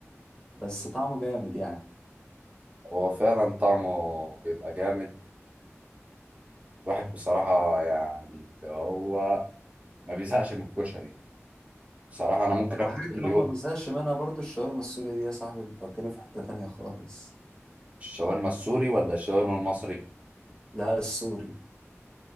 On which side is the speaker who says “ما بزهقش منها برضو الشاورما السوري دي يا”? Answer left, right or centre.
Left